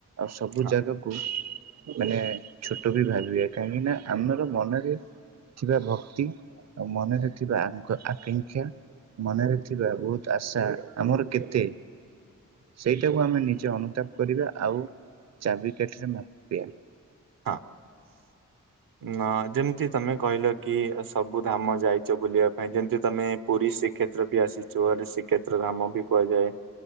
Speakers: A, on the right; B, on the right.
A: ଆଉ ସବୁ
B: ହଁ।
A: ଜାଗା ବ କୁ ମାନେ ଛୋଟ ବି ଭାବିବା କାହିଁକି ନାଁ ଆମର ମନରେ ଥିବା ଭକ୍ତି ଆଉ ମନରେ ଥିବା ଆଙ୍କ ଆକାଂକ୍ଷା ମନରେ ଥିବା ବହୁତ୍ ଆଶା ଆମର କେତେ ସେଇଟାକୁ ଆମେ ନିଜେ ଅନୁତାପ କରିବା ଆଉ ଚାବିକାଠିରେ ମାପିଆ।
B: ହଁ। ନ ଯେମିତି ତମେ କହିଲ କି ସବୁ ଧାମ ଯାଇଚ ବୁଲିବା ପାଇଁ ଯେମିତି ତମେ ପୁରୀ ଶ୍ରୀକ୍ଷେତ୍ର ବି ଆସିଛୁ ଏଠି ଶ୍ରୀକ୍ଷେତ୍ର ଧାମ ବି କୁହାଯାଏ।